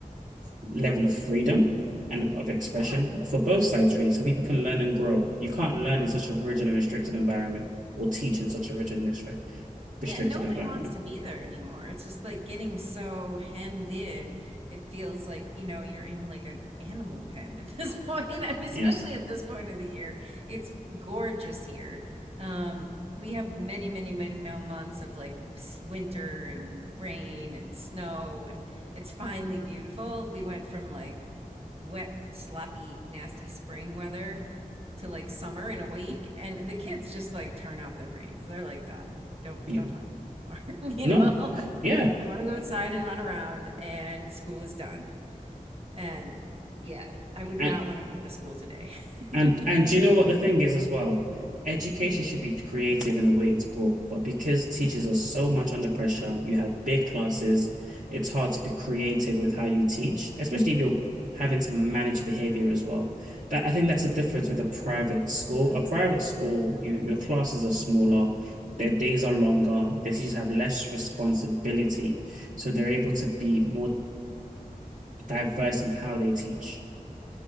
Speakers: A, on the right; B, on the right.
A: level of freedom and of expression
B: Yeah.
A: for both sides, really, so people can learn and grow. You can't learn in such a rigid and restricted environment or teach in such a rigid and restrict-
B: Yeah,
A: restricted
B: and nobody
A: environment.
B: wants to be there anymore. It's just like getting so hemmed in. It feels like, you know, you're in like an animal pen at this <laughs> point. I mean, especially
A: Yeah.
B: at this point of the year. It's gorgeous here. Um, we have many, many, many mo- months of like s- winter and rain and snow, and it's finally beautiful. We went from like wet, sloppy, nasty spring weather to like summer in a week and the kids just like turn off their brains they're like done don't
A: Yeah.
B: don't talk to me anymore <laughs> you
A: No.
B: know like,
A: Yeah.
B: i want to go outside and run around and school is done and yeah i would
A: And
B: not want to be at a school today
A: And
B: <laughs>
A: and do you know what the thing is as well? Education should be creative in the way it's brought, but because teachers are so much under pressure, you have big classes, it's hard to be creative with how you teach, especially if you're having to manage behavior as well. That I think that's the difference with a private school. A private school, you your classes are smaller, their days are longer, their teachers have less responsibility, so they're able to be more diverse in how they teach.